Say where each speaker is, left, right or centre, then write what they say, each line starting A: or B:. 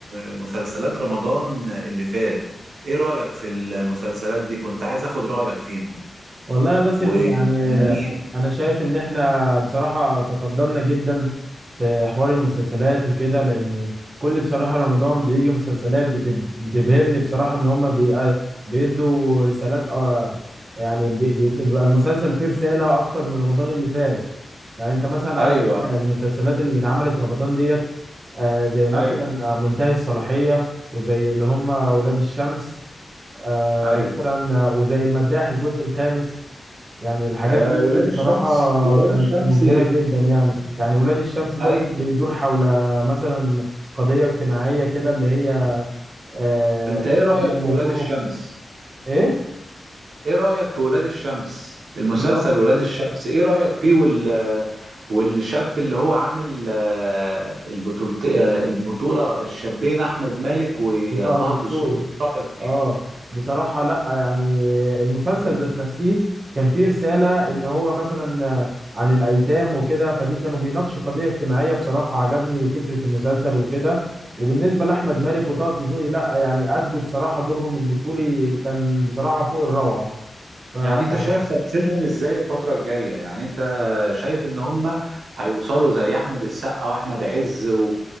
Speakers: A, on the right; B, on the right.
A: مسلسلات رمضان اللي فات ايه رأيك في المسلسلات دي؟ كنت عايز اخد رأيك فيهم
B: والله يا باسم
A: والفنانين
B: يعني انا شايف ان احنا بصراحة تقدمنا جدا في حوار المسلسلات وكده لان كل بصراحة رمضان بيجي مسلسلات بت- بتبهرني بصراحة ان هما بي- بيدوا رسالات اه يعني بي- بي- بيبقى المسلسل فيه رسالة اكتر من رمضان اللي فات يعني انت مثلا
A: ايوه
B: عندك المسلسلات اللي اتعملت رمضان ديت آه، زي مثلا
A: ايوه
B: منتهي الصلاحية وزي اللي هم ولاد الشمس آه،
A: ايوه
B: مثلا آه، وزي المداح الجزء الخامس يعني الحاجات
A: آه
B: دي
A: ولاد الشمس
B: بصراحة
A: ولاد
B: كانت
A: الشمس
B: مبهرة جدا يعني يعني ولاد الشمس ده
A: ايوه
B: كان بيدور حول مثلا قضية اجتماعية كده اللي هي آه،
A: انت ايه
B: الشباب
A: رايك
B: لما
A: في ولاد
B: يكونوا
A: الشمس
B: ايه؟
A: ايه رأيك في ولاد الشمس المسلسل
B: اللي هو
A: ولاد الشمس ايه رأيك فيه وال والشاب اللي هو عامل آه، البطولة آه، البطولة الشابين احمد مالك وطه
B: وطه الدسوقي
A: الدسوقي ايه رأيك
B: اه بصراحة لا يعني المسلسل ذات نفسه كان فيه رسالة ان هو مثلا عن الايتام وكده فدي كانوا بيناقشوا قضية اجتماعية بصراحة عجبني فكرة المسلسل وكده وبالنسبة لأحمد مالك وطه دسوقي لا يعني أدوا بصراحة دورهم البطولي كان بصراحة فوق الروعة
A: يعني انت شايف تمثيلهم ازاي الفترة الجاية يعني انت شايف ان هم هيوصلوا زي احمد السقا واحمد عز و...